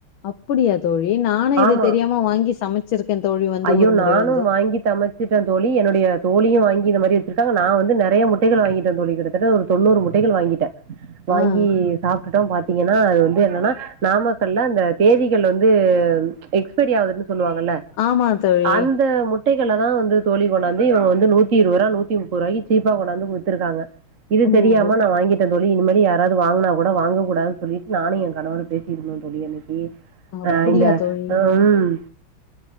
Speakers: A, on the left; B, on the right.
A: அப்புடியா தோழி நானு இது
B: ஆமா
A: தெரியாம வாங்கி சமச்சிருக்கே தோழி வந்து
B: ஐயோ
A: ஒரு முறை
B: நானு
A: வந்து
B: வாங்கி சமச் சிட்டே தோழி என்னுடைய தோழியு வாங்கி இது மாரி வெச்சிருக்காங்க நா வந்து நெறைய முட்டைகள் வாங்கிட்டே தோழி கிட்டத்தட்ட ஒரு தொண்ணூறு முட் முட்டைகள் வாங்கிட்ட வாங்கி
A: ஆ, ஆ.
B: சாப்டுட்டே பாத்தீங்கன்னா அது வந்து என்னன்னா நாமக்கல்ல அந்த தேதிகள் வந்து எக்ஸ்பைரி ஆனதுன்னு சொல்லுவாங்கல்ல
A: ஆமா தோழி.
B: அந்த முட் முட்டைகள தா வந்து தோழி கொனாந்து இவங்க வந்து நூத்தி இருவது ரூபா நூத்தி முப்பதுரூபாய்க்கு சீப்பா கொனாந்து குடுத்துருக்காங்க இது
A: ஓஹோ!
B: தெரியாம வாங்கிட்ட தோழி இனிமே யாராது வாங்கினா கூட வாங்கக்க கூடா சொல்லிட்டு நானு என் கணவரு பேசி இருந்தோ தோழி இனி
A: அப்படியா
B: அ இந்த
A: தோழி?
B: அ ம்